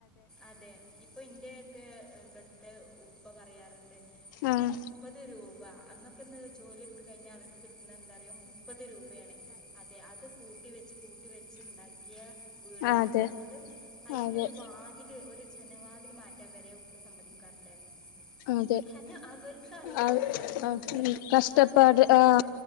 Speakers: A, in the centre; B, on the left.
A: അതെ ഇപ്പൊ ഇന്റെയൊക്കെ ഇബ്ടത്തെ ഉപ്പ് <unintelligible> പറയാറുണ്ട് ഇങ്ങനെ
B: ആഹ്
A: മുപ്പത് രൂപ അന്നൊക്കെന്ന് ജോലി എടുത്ത് കഴിഞ്ഞാൽ അവർക്ക് കിട്ടുന്നതെന്താന്നറിയോ മുപ്പത് രൂപയാണ് അതെ അത് കൂട്ടി വെച്ച് കൂട്ടി വെച്ച് ഇണ്ടാക്കിയ വീടാണത്
B: അതെ
A: അതുകൊണ്ട് അതിന്റെ
B: അതെ
A: ഒരു വാതിൽ ഒരു ജനവാതിൽ മാറ്റാൻ വരെ ഉപ്പ സമ്മതിക്കാറില്ലായിരുന്നു.
B: അതെ
A: <unintelligible> അവർക്കറിയാം
B: ആ
A: അവര് എന്ത്
B: ആ
A: എത്രത്തോളം
B: കഷ്ടപ്പാട്
A: വെല കൊടുത്ത്
B: ആ